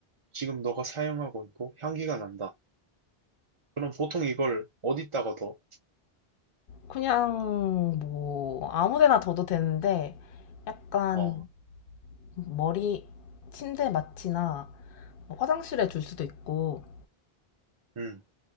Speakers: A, on the right; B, on the left.
A: 지금 너가 사용하고 있고 향기가 난다. 그럼 보통 이걸 어디다가 더?
B: 그냥, 뭐, 아무 데나 둬도 되는데, 약간,
A: 어.
B: 머리, 침대 마취나, 뭐 화장실에 둘 수도 있고,
A: 음.